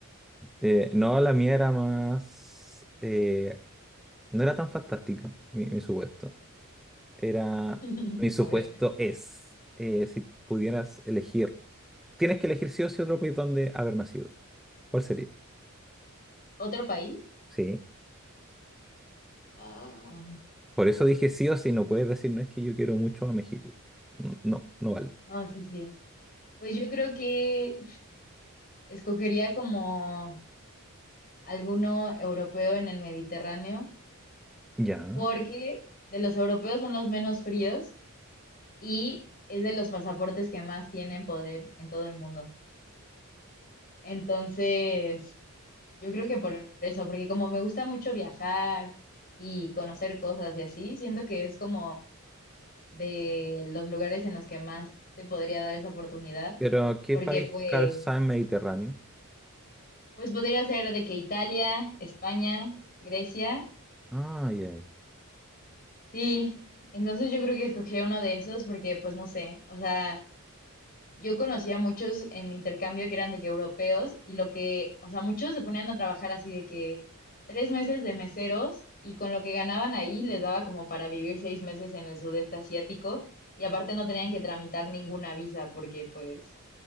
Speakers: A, in the centre; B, on the left.
A: Eh, no, la mía era más... eh, no era tan fantástica, mi, mi supuesto. Era...
B: <laughs>
A: Mi supuesto
B: A ver,
A: es, eh, si pudieras elegir, tienes que elegir sí o sí otro país donde haber nacido. ¿Cuál sería?
B: ¿otro país?
A: Sí.
B: Ah,
A: Por eso dije sí o sí, no puedes decir, no es que yo quiero mucho a México. N- No, no vale.
B: no, sí, sí. Pues yo creo que escogería como alguno europeo en el Mediterráneo,
A: Ya.
B: porque de los europeos son los menos fríos y es de los pasaportes que más tienen poder en todo el mundo. Entonces... Yo creo que por eso, porque como me gusta mucho viajar y conocer cosas y así, siento que es como de los lugares en los que más te podría dar esa oportunidad,
A: Pero, ¿qué
B: porque
A: país
B: pues,
A: calza en Mediterráneo?
B: pues podría ser de que Italia, España, Grecia,
A: Ah, ya, ya.
B: sí, entonces yo creo que escogería uno de esos porque pues no sé, o sea, yo conocía a muchos en mi intercambio que eran de que europeos y lo que, o sea, muchos se ponían a trabajar así de que tres meses de meseros y con lo que ganaban ahí les daba como para vivir seis meses en el sudeste asiático y aparte no tenían que tramitar ninguna visa porque pues